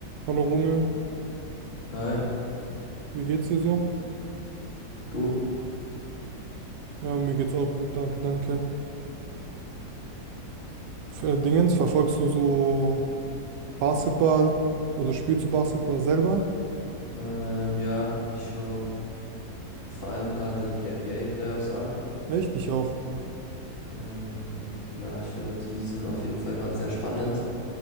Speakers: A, on the right (about 75°); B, on the left (about 35°).
A: Hallo Romeo,
B: Hi,
A: wie geht's dir so?
B: du.
A: Ja, mir geht's auch gut, danke, danke. F- äh, Dingens, verfolgst du so Basketball oder spielst du Basketball selber?
B: Ähm, ja, ich schaue vor allem gerade die NBA Playoffs an.
A: Echt? Ich auch.
B: Ähm, ja, ich finde, die sind auf jeden Fall gerade sehr spannend.